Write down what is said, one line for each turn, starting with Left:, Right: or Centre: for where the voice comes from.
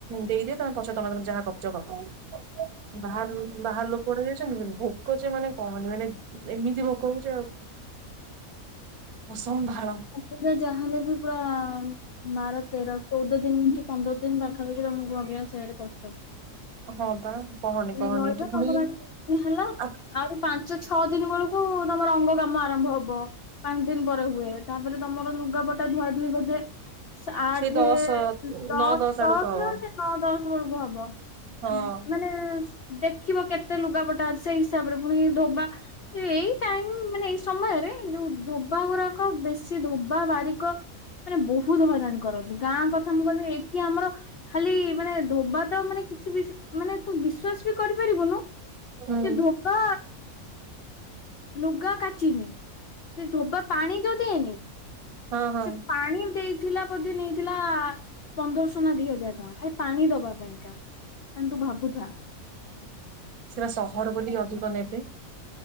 Right: ଦେଇଦିଅ ତମେ ପଛ ତମେ ତମେ ଯାହା କରୁଛ କରଦବ। ବାହାର ବାହାର ଲୋକ ଗୋଟେ ଯାଇଛନ୍ତି କିନ୍ତୁ ଭୋକ ହଉଛି ମାନେ କହନି ମାନେ ଏମିତି ଭୋକ ହଉଛି ଆଉ ଅସମ୍ଭାଳ।
Left: ଆା ଯାହାଲେ ବି ପୁରା ବାର, ତେର, ଚଉଦ ଦିନ କି ପନ୍ଦର ଦିନ ପାଖାପାଖି ତମ ଘରେଇଆ ସେଇଆଡେ କଷ୍ଟ।
Right: ହଁ ପା କହନି କହନି
Left: ରହିବା
Right: ଏଠି ପୁଣି
Left: ତମର ହେଲା
Right: ଆ
Left: ଆହୁରି ପାଞ୍ଚ ଛଅ ଦିନ ବେଳକୁ ତମର ଅଙ୍ଗ କାମ ଆରମ୍ଭ ହବ ପାଞ୍ଚ ଦିନ ପରେ ହୁଏ। ତାପରେ ତମର ଲୁଗାପଟା ବୋଧେ ଆଠେ,
Right: ସେଇ ଦଶ
Left: ଦଶ,
Right: ନଅ ଆଡକୁ
Left: ଦଶ
Right: ହବ
Left: ର ନଅ, ଦଶ କର ହବ <inaudible>
Right: ହଁ
Left: ମାନେ ଦେଖିବ କେତେ ଲୁଗାପଟା ସେଇ ହିସାବରେ ପୁଣି ଧୋବା ଏଇ ଟାଇମ ମାନେ ଏଇ ସମୟରେ ଯୋଉ ଧୋବା ଗୁଡାକ ବେଶୀ ଧୋବା ବାରିକ ମାନେ ବହୁତ ହଇରାଣ କରନ୍ତି। ଗାଁ କଥା ମୁଁ କହିବି ଏଇଠି ଆମର ଖାଲି ମାନେ ଧୋବା ତ ମାନେ କିଛି ବି ମାନେ ବିଶ୍ୱାସ ବି କରିବ ପାରିବୁନୁ
Right: ହୁଁ
Left: ସେ ଧୋକା ଲୁଗା କାଚିନି। ସେ ଧୋବା ପାଣି ଯଉ ଦିଏନି
Right: ହଁ ହଁ।
Left: ସେ ପାଣି ଦେଇ ଥିଲା ବୋଧେ ନେଇଥିଲା ପନ୍ଦରଶ ନା ଦି ହଜାର ଟଙ୍କା ଖାଲି ପାଣି ଦବା ପାଇଁକା। ମ ତୁ ଭାବୁ ହଁ।
Right: ସେପା ସହର ବୋଲି ଅଧିକ ନେବେ।